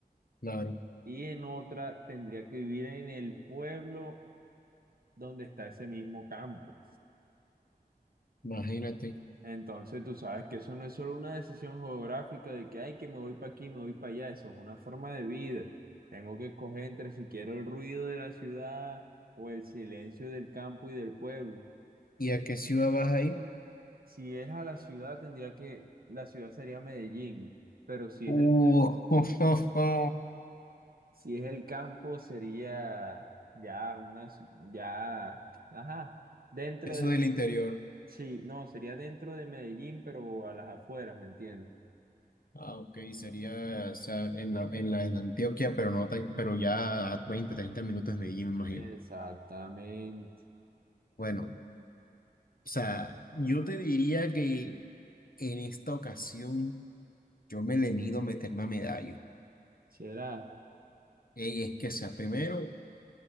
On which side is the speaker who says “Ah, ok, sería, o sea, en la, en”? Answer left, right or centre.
Left